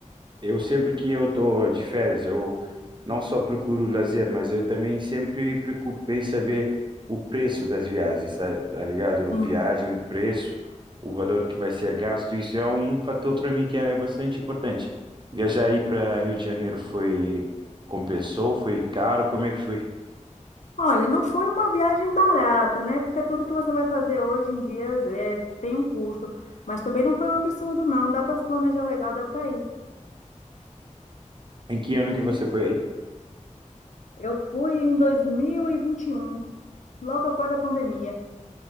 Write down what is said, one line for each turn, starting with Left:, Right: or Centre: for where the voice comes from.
Right: Eu sempre que eu estou de férias, eu não só procuro lazer, mas eu também sempre preocupo em saber o preço das viagens, tá, tá ligado?
Left: Sim.
Right: Viagem, o preço, o valor que vai ser gasto, isso é um fator para mim que é bastante importante. Viajar aí para Rio de Janeiro foi compensou, foi caro, como é que foi?
Left: Olha, não foi uma viagem barata, né? Porque tudo que você vai fazer hoje em dia é, tem um custo, mas também não foi um absurdo, não. Dá para se planejar legal, dá para ir.
Right: Em que ano que você foi aí?
Left: Eu fui em 2021, logo após a pandemia.